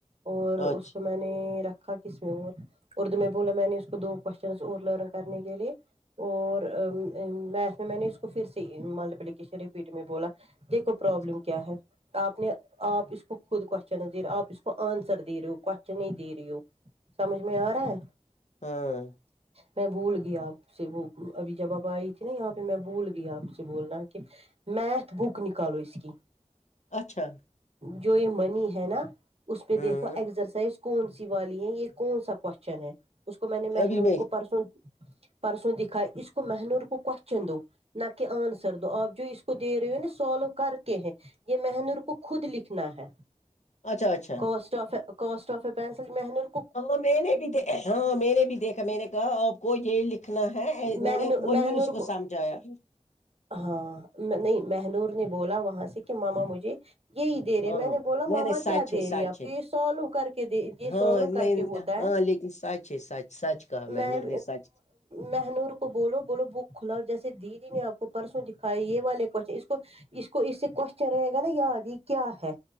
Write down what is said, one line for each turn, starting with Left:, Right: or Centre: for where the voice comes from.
Right: اور اس
Left: اچھا
Right: کو میں نے رکھا کس اور اردو میں بولا میں نے اس کو دو کوشچن اور لرن کرنے کے لے اور میعکس میں نے اس کو پھر سے ملٹیلیکیشن رپیٹ میں بولا دیکھو پرابلم
Left: اچھا
Right: کیا ہے آپ نے آپ اس کو خود کوش آپ اس کو آنسر دے رہی ہو کوشچن ہی دے رہی ہو سمجھ میں آرہا ہے
Left: ہاں
Right: میں بھول گیا آپ سے وہ ابھی جب آپ آئی تھی نا یہاں پہ میں بھول گئی آپ سے بولنا کہ میعکس بک نکالو اس کی
Left: اچھا
Right: جو یہ منی ہے نا اس پہ
Left: ہ
Right: دیکھو ایکسرسائز کون سی والی ہے یہ کون سا کوشچن ہے اس کو میں نے منور
Left: ابھی میں
Right: کو پرسوں پرسوں دکھا اس کو مہنور کو کوشچن دو نہ کہ آنسر دو آپ جو اس کو دے رہے ہو نا سالو کرکے ہیں یہ مہنور کو خود لکھنا ہے
Left: اچھا اچھا
Right: کوش آفےسٹ آف اے پینسل محنت <unintelligible>
Left: ہاں میں نے بھی دیکھا میں نے بھی دیکھا میں نے کہا کو یہ لکھنا ہے
Right: مہن
Left: میں نے وہی
Right: مہنور
Left: اس کو سمجھایا
Right: ہاں نہیں مہنور نے بولا وہاں سے کہ ماما مجھے یہی دے رہے
Left: ہاں
Right: نے میں
Left: نہیں
Right: بولا ماما
Left: نہیں سچ
Right: کیا دے رہی
Left: سچ
Right: ہے آپ کو یہ سالو کر کے دے یہ
Left: ہاں
Right: سالو
Left: نہیں
Right: کر کے ہوتا
Left: ہاں
Right: ہے
Left: لیکن سچ ہے سچ سچ کہو
Right: میں
Left: مہنور نے سچ
Right: مہنور کو بولو بولو بک کھلاؤ جیسے دیدی نے آپ کو پرسوں دکھایا یہ والے کوش اس کو اس کو اس سے کوشچن رہے گا نا یاد یہ کیا ہے